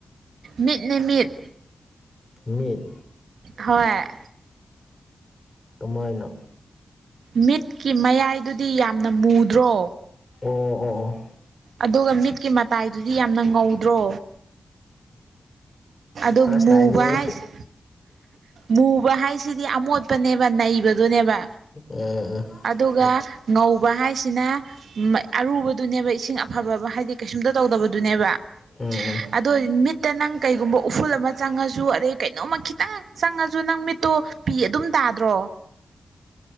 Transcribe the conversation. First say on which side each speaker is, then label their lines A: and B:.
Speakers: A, on the right; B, on the left.
A: ꯃꯤꯠꯅꯦ ꯃꯤꯠ
B: ꯃꯤꯠ
A: ꯍꯣꯏ
B: ꯀꯃꯥꯏꯅ
A: ꯃꯤꯠꯀꯤ ꯃꯌꯥꯏꯗꯨꯗꯤ ꯌꯥꯝꯅ ꯃꯨꯗ꯭ꯔꯣ
B: ꯑꯣ ꯑꯣ ꯑꯣ
A: ꯑꯗꯨꯒ ꯃꯤꯠꯀꯤ ꯃꯇꯥꯏꯗꯨꯗꯤ ꯌꯥꯝꯅ ꯉꯧꯗ꯭ꯔꯣ ꯑꯗꯣ
B: ꯐꯥꯔꯁ
A: ꯃꯨꯕ
B: ꯇꯥꯏꯝꯅꯦ
A: ꯍꯥꯏꯁ ꯃꯨꯕ ꯍꯥꯏꯁꯤꯗꯤ ꯑꯃꯣꯠꯄꯅꯦꯕ ꯅꯩꯕꯗꯨꯅꯦꯕ
B: ꯑꯥ ꯑꯥ
A: ꯑꯗꯨꯒ ꯉꯧꯕ ꯍꯥꯏꯁꯤꯅ ꯃ ꯑꯔꯨꯕꯗꯨꯅꯦꯕ ꯏꯁꯤꯡ ꯑꯐꯕ ꯕ ꯍꯥꯏꯗꯤ ꯀꯩꯁꯨꯝꯇ ꯇꯧꯗꯕꯗꯨꯅꯦꯕꯥ
B: ꯎꯝ ꯎꯝ
A: ꯑꯗꯣ ꯃꯤꯠꯇ ꯅꯪ ꯀꯩꯒꯨꯝꯕ ꯎꯐꯨꯜ ꯑꯃ ꯆꯪꯉꯖꯨ ꯑꯗꯩ ꯀꯩꯅꯣꯝꯃ ꯈꯤꯇꯪ ꯆꯪꯉꯖꯨ ꯅꯪ ꯃꯤꯠꯇꯣ ꯄꯤ ꯑꯗꯨꯝ ꯇꯥꯗ꯭ꯔꯣ <inaudible>